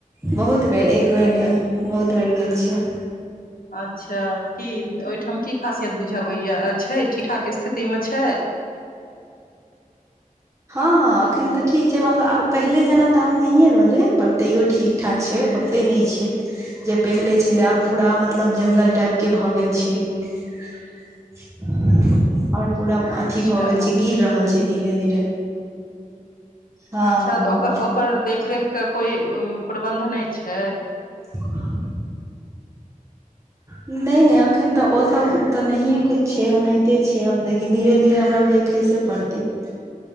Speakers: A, on the right; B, on the left.
A: बहुत बेर एक बेर
B: अच्छा
A: नय बहुत बेर गेल छियै
B: अच्छा की ओहिठाम की खासियत बुझाबैय छै ठीकठाक स्थितिमे छय
A: हँ हँ एखन तऽ ठीक छय मतलब आब पहिले जेना तऽ आब नहिए रहलै पर तैयो ठीकठाक छै ओतेक नहि छय जे पहिले छलै आब पूरा मतलब ज्ंगल टाइपके भऽ गेल छै <inaudible> और पूरा
B: अच्छा
A: अथिी भऽ गेल छै गिर रहल छै धीरे धीरे हँ
B: अच्छा
A: हँ
B: तऽ ओकर
A: हँ
B: ओकर देखरेखके कोइ प्रबन्ध नहि छै
A: <inaudible> नहि नहि अखन तऽ ओ सब तऽ नहिये कछ छै ओनाहिते छै आब देखी धीरे धीरे हमरा ओजा खैसे पड़तै <inaudible>